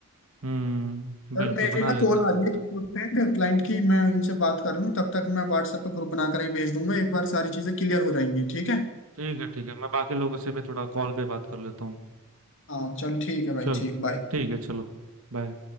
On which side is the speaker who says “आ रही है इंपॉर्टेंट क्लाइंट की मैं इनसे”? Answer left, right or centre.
Left